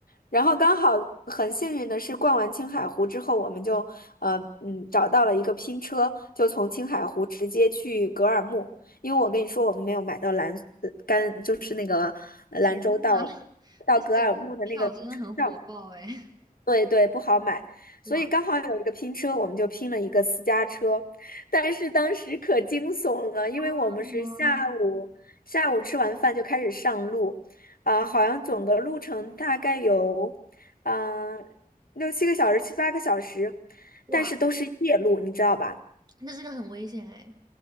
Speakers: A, on the left (about 70°); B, on the right (about 25°).
A: 然后刚好很幸运的是逛完青海湖之后，我们就呃嗯找到了一个拼车，就从青海湖直接去格尔木。因为我跟你说，我们没有买到兰呃甘，就是那个呃兰州到
B: 天呐！
A: 到格尔木的那个车票，
B: 那这个票真的很火爆哎！<laughs>
A: 对对，不好买，
B: 哇
A: 所以刚好有一个拼车，我们就拼了一个私家车，但是当时可惊悚了，因为我们是下午下午吃完饭就开始上路，
B: 啊，怎么了呢？
A: 啊、好像总的路程大概有嗯、呃六七个小时、七八个小时，
B: 哇，
A: 但是都是夜路，你知道吧？
B: 那这个很危险哎！